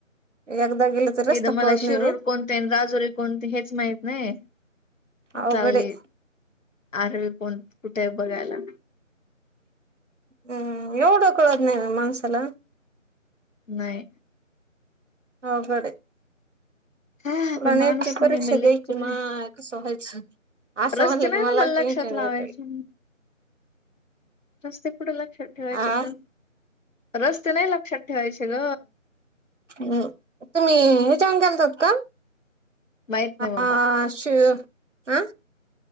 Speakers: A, on the right; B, on the left.
A: एकदा गेलं तर
B: एकद
A: रस्ता
B: मला
A: कळत
B: शिरूड.
A: नाही व्हय
B: कोणते राजोरी कोणते हेच माहित नाही
A: अवघड
B: चालली.
A: आहे
B: आरवी कोण कुठे बघायला.
A: हम्म येवडाकळत नाहीे माणसाला.
B: नाही.
A: अवघड हाय
B: हा
A: तुला
B: मी
A: नेटची
B: माणूस
A: परीक्षा
B: नाही मी लेकरू
A: द्यायची मग,
B: आहे.
A: कसं व्हायचं असं
B: रस्ते
A: म्हणलं
B: नाही
A: की
B: ना
A: मला टेनशन
B: लक्षात लावायचे.
A: येतय.
B: रस्ते कुठे लक्षात ठेवायचे
A: आ
B: तर रस्ते नाही लक्षात ठेवायचे ग.
A: हम् तुम्ही हे जेवण केलतहात का.
B: माहित नाही
A: हा
B: बाबा
A: आ शिळ आ.